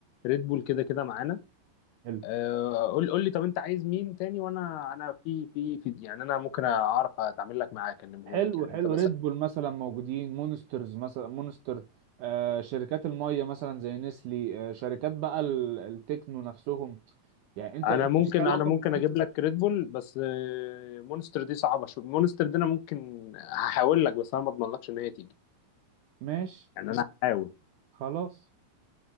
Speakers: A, on the left (about 85°); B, on the right (about 80°).
A: ريد بول كده كده معانا
B: حلو
A: آه، قول قول لي طب انت عايز مين تاني وانا انا في في في يعني انا ممكن اعرف اتعامل لك معاه اكلمه
B: حلو
A: لك يعني
B: حلو
A: انت مثلا
B: ريد بول مثلا موجودين مونسترز مثلا مونستر آه شركات المية مثلا زي نسلي آه شركات بقى ال- التكنو نفسهم يعني انت
A: انا
B: انت
A: ممكن
B: ليك علاقة
A: انا ممكن
B: بال
A: اجيب لك ريد بول بس آه، مونستر دي صعبه شويه مونستر دي انا ممكن هحاول لك بس انا ما اضمنلكش ان هي تيجي
B: ماشي
A: يعني انا هحاول
B: خلاص